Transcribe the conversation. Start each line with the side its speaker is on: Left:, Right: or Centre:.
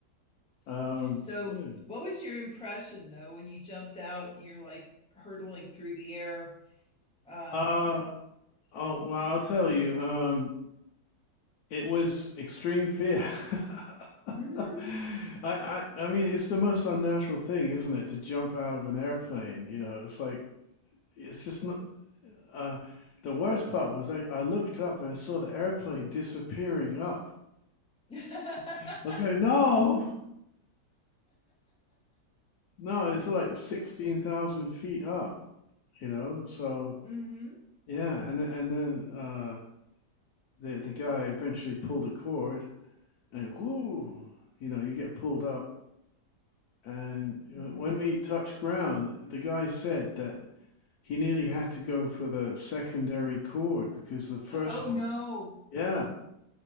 Left: well. Um,
Centre: So,
Left: yeah.
Centre: what was your impression though when you jumped out and you're like hurtling through the air? Uh,
Left: Uh, oh, well, I'll tell you. Um, It was extreme fear. <laughs>
Centre: <laughs>
Left: I, I I mean it's the most unnatural thing, isn't it, to jump out of an airplane, you know. It's like it's just not uh the worst part was I, I looked up and I saw the airplane disappearing up.
Centre: yeah.
Left: I was going, no, no, it's like 16,000 feet up, you know? So,
Centre: hmm
Left: yeah, and th- and then uh the the guy eventually pulled a cord and whoo, you know, you get pulled up And uh,
Centre: hmm
Left: when we touched ground, the guy said that he nearly had to go for the secondary chord because the first
Centre: Oh
Left: one.
Centre: no.
Left: Yeah.